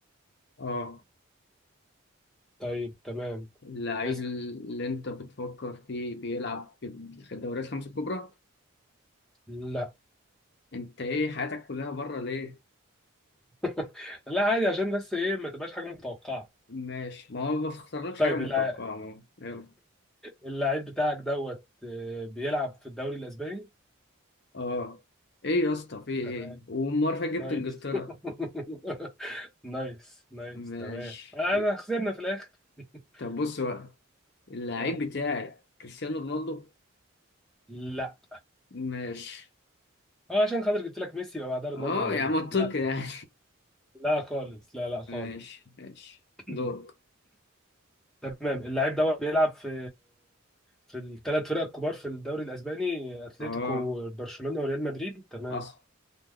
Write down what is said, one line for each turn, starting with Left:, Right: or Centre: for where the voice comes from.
Left: اه
Centre: طيب تمام
Left: اللعيب
Centre: اسال
Left: اللي انت بتفكر فيه بيلعب في الدوريات الخمسة الكبرى
Centre: لا
Left: انت ايه حياتك كلها بره ليه؟
Centre: <laughs> لا عادي عشان بس ايه ما تبقاش حاجه متوقعه
Left: ماشي ما هو ما بختارلكش
Centre: طيب
Left: حاجة متوقعة
Centre: اللع-
Left: ما هو. يلا
Centre: اللعيب بتاعك دوت آه، بيلعب في الدوري الاسباني
Left: اه ايه يا اسطى في ايه
Centre: تمام
Left: والمرة اللي فاتت
Centre: نايس
Left: جبت انجلترا
Centre: <laughs> نايس نايس
Left: ماشي
Centre: تمام انا خسرنا في الاخر <laughs>
Left: طب بص بقى اللعيب
Centre: آه،
Left: بتاعي كريستيانو رونالدو
Centre: لا
Left: ماشي
Centre: اه عشان خاطر جبت لك ميسي يبقى بعدها رونالدو
Left: اه
Centre: يا راجل
Left: يعني منطقي
Centre: لا
Left: يعني
Centre: لا خالص لا لا
Left: <laughs>
Centre: خالص
Left: ماشي ماشي
Centre: <coughs>
Left: دورك
Centre: تمام اللاعب ده بيلعب في في الثلاث فرق الكبار في الدوري الاسباني اتلتيكو
Left: اه
Centre: برشلونة وريال مدريد تمام
Left: حصل